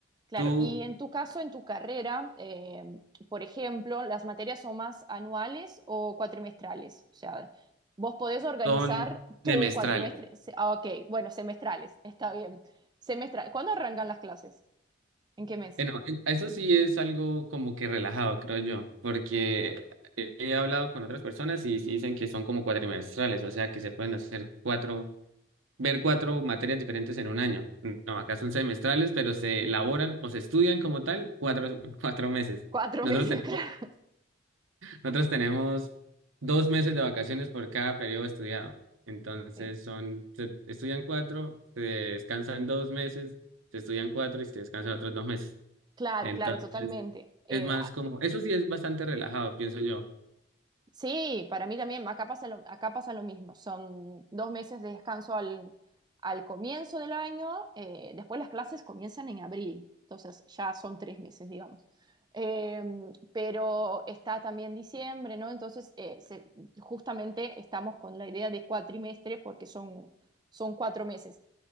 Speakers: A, on the right (about 20°); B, on the right (about 85°).
A: claro.
B: Tú
A: Y en tu caso, en tu carrera, eh, por ejemplo, ¿las materias son más anuales o cuatrimestrales? O sea, vos podés organizar
B: son
A: tu
B: semestrales.
A: cuatrimestre. se- Ah, ok, bueno, semestrales, está bien. Semestral. ¿Cuándo arrancan las clases? ¿En qué mes?
B: Bueno, e- eso sí es algo como que relajado, creo yo, porque he he hablado con otras personas y sí dicen que son como cuatrimestrales, o sea que se pueden hacer cuatro ver cuatro materias diferentes en un año. No, acá son semestrales, pero se elaboran o se estudian como tal cuatro, <laughs> cuatro meses.
A: Cuatro
B: Nosotros
A: <laughs> meses,
B: tenemos,
A: claro.
B: nosotros tenemos dos meses de vacaciones por cada periodo estudiado. Entonces
A: Sí.
B: son, se estudian cuatro, se descansan dos meses, se estudian cuatro y se descansan otros dos meses.
A: Claro,
B: Entonces
A: claro, totalmente. Eh,
B: es más como, eso sí es bastante relajado, pienso yo.
A: Sí, para mí también, acá pasa lo, acá pasa lo mismo. Son dos meses de descanso al, al comienzo del año, eh, después las clases comienzan en abril, entonces ya son tres meses, digamos. Eh, pero está también diciembre, ¿no? Entonces, eh, se- justamente estamos con la idea de cuatrimestre porque son, son cuatro meses.